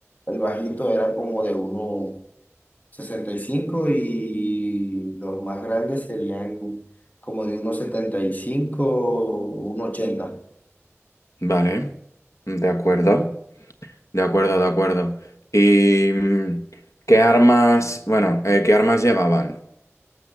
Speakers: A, on the left (about 30°); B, on the left (about 80°).
A: el bajito era como de uno. sesenta y cinco y los más grandes serían como de unos 75 o un ochenta
B: Vale, de acuerdo, de acuerdo, de acuerdo. ¿Y mm, qué armas, bueno, eh, qué armas llevaban?